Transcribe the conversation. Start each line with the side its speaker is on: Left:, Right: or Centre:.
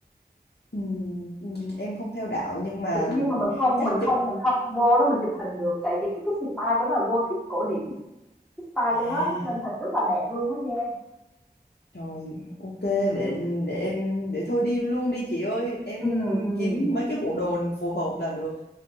Left: Ừm, ừm, em không theo đạo nhưng mà
Centre: Chị- nhưng mà mình không
Left: chắc
Centre: mình
Left: chụp
Centre: không mình không vô đó mình chụp hình được tại vì cái cái style của nó là Gothic cổ điển cái style
Left: à
Centre: của nó, nó lên hình rất là đẹp luôn á Giang
Left: trời ok
Centre: Ừ.
Left: để để em để thôi đi luôn đi chị ơi em
Centre: Ừ, ừ.
Left: kiếm mấy cái bộ đồ phù hợp là được